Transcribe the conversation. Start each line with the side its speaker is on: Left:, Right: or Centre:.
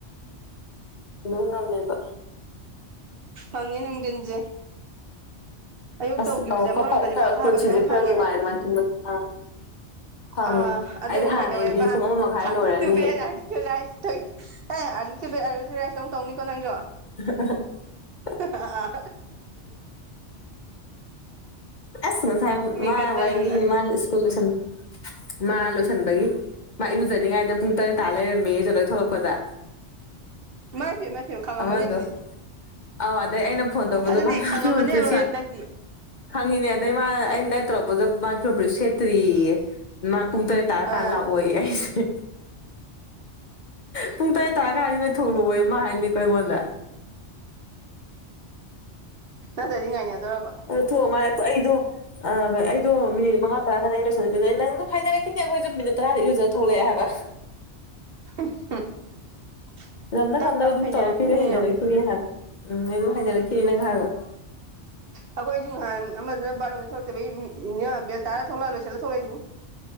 Left: ꯅꯨꯡꯉꯝꯃꯦꯕ
Right: ꯐꯪꯉꯦ ꯅꯨꯡꯗꯤꯟꯖꯦ ꯑꯌꯨꯛ
Left: ꯑꯁ
Right: ꯇꯧꯒꯤꯕꯁꯦ
Left: ꯑꯧ
Right: ꯑꯃꯔꯣꯝꯗꯗꯤ
Left: ꯈꯔ ꯐꯪꯉꯦ ꯈꯔ
Right: ꯄꯣꯊꯥꯕꯁꯦ
Left: ꯄꯨꯟꯁꯤꯁꯦ
Right: ꯈꯤꯇꯪ
Left: ꯈꯔ
Right: ꯐꯪꯉꯦꯕ
Left: ꯅꯨꯡꯉꯥꯏ ꯑꯗꯨꯃꯥꯏꯅ ꯇꯨꯝꯕꯁꯦ ꯑ ꯐꯪꯉꯦ
Right: ꯑ ꯑꯗꯨꯕꯨ
Left: ꯑꯩꯗꯤ ꯍꯥꯟꯅꯩꯗꯤ
Right: ꯀꯩꯗꯧꯋꯦꯕ
Left: ꯄꯨꯡ
Right: ꯑꯥꯔꯂꯤ
Left: ꯑꯃ ꯃꯈꯥꯏ ꯂꯣꯏꯔꯅꯤ
Right: ꯇꯨꯕꯦꯠ ꯑꯥꯔꯂꯤ ꯇꯨ ꯂꯥꯏꯁ ꯑꯦ ꯑꯥꯔꯂꯤ ꯇꯨꯕꯦꯠ ꯑꯥꯔꯂꯤ ꯇꯨ ꯔꯥꯏꯁ ꯑꯃꯨꯛ ꯇꯧꯅꯤꯀꯣ ꯅꯪꯁꯨ
Left: ꯎ ꯍ
Right: ꯑ
Left: ꯑꯁ ꯉꯁꯥꯏ ꯃꯥ
Right: ꯒꯠꯇꯅꯅ
Left: ꯋꯥꯔꯤꯂꯤꯔꯤꯅꯤ ꯃꯥ ꯁ꯭ꯀꯨꯜ ꯂꯣꯏꯁꯟ ꯃꯥ ꯂꯣꯏꯁꯟꯕꯒꯤ ꯃꯥ ꯏꯔꯨꯖꯔꯤꯉꯥꯏꯗ ꯄꯨꯡ ꯇꯔꯦꯠ ꯇꯥ ꯂꯩꯔꯝꯃꯦ ꯏꯔꯨꯖ ꯂꯣꯏ ꯊꯣꯛꯂꯛꯄꯗ
Right: ꯏꯃꯥꯏꯄꯦꯝꯃꯥ-ꯄꯦꯝ ꯈꯪꯉꯝꯃꯅꯤ
Left: ꯑꯃꯗꯣ
Right: ꯑꯗꯨꯗꯤ
Left: ꯑꯧ ꯑꯗꯩ ꯑꯩꯅ ꯐꯣꯟ ꯇꯧꯕꯗꯣ
Right: ꯑꯗꯨꯅꯦ
Left: ꯃꯥꯅ
Right: ꯈꯪꯉꯝꯃꯅꯦꯕ
Left: ꯐꯤꯔꯣꯜ ꯐꯨꯔꯤꯠ
Right: ꯉꯥꯏꯍꯥꯛꯇꯪꯗꯤ
Left: ꯁꯦꯠ ꯈꯪꯉꯤꯅꯦ ꯑꯗꯩ ꯃꯥ ꯑꯩꯅ ꯇꯧꯔꯛꯄꯗꯣ ꯃꯥ ꯐꯨꯔꯤꯠ ꯁꯦꯇ꯭ꯔꯤꯌꯦꯌꯦ ꯃꯥ ꯄꯨꯡꯇꯔꯦꯠ ꯇꯥ
Right: ꯑꯥ
Left: ꯀꯥꯟ ꯂꯥ ꯑꯣꯌꯦ ꯑꯩꯁꯦ ꯄꯨꯡ ꯇꯔꯦꯠ ꯇꯔꯥ ꯀꯥꯟꯁꯤꯗ ꯊꯣꯡꯉꯣꯌꯦ ꯃꯥ ꯍꯥꯏꯅꯤꯀꯣ ꯑꯩꯉꯣꯟꯗ
Right: ꯅꯠꯇ꯭ꯔꯗꯤ ꯉꯥꯏꯅꯗꯧꯔꯕ
Left: ꯊꯣꯛ ꯃꯥ ꯑꯩꯗ ꯑꯣꯏ ꯑꯩꯗꯣ ꯃꯤꯅꯤꯠ ꯃꯉꯥ ꯇꯔꯥꯅ ꯑꯩ ꯂꯣꯏꯁꯤꯜꯂꯛꯦꯗꯅꯦ ꯅꯪ ꯑꯗꯨꯝ ꯍꯥꯏꯅꯔꯛꯈꯤꯅꯦ ꯑꯩꯈꯣꯏꯁꯨ ꯃꯤꯅꯤꯠ ꯇꯔꯥꯗ ꯌ ꯊꯣꯂꯦ ꯍꯥꯏꯕ
Right: <inaudible> <inaudible>
Left: ꯉꯝꯅ
Right: ꯇꯞ
Left: ꯉꯝꯅꯕ
Right: ꯇꯞ
Left: ꯑꯗꯨꯝ
Right: ꯍꯩꯅꯔꯛꯀꯅꯤ
Left: ꯇꯧꯔꯛꯈꯤꯅꯦ ꯍꯩꯅꯔꯛꯈꯤꯅꯤ
Right: ꯌꯦꯡꯉꯣ
Left: ꯍꯥꯏꯕ ꯎꯝ ꯑꯗꯨꯝ ꯍꯩꯅꯔꯛꯈꯤꯅꯤ ꯅꯪ ꯍꯥꯏꯕ
Right: ꯑꯩꯈꯣꯏ ꯑꯩꯁꯨ ꯅꯍꯥꯟ ꯑꯃꯗꯅ ꯕꯥꯔꯣꯝꯗ ꯊꯣꯛꯂꯛꯇꯕ ꯑꯩ ꯏ ꯕꯦꯜ ꯇꯔꯥ ꯊꯣꯛꯂꯛꯑ ꯂꯣꯏꯁꯤꯠꯂ ꯊꯣꯛꯂꯛꯏ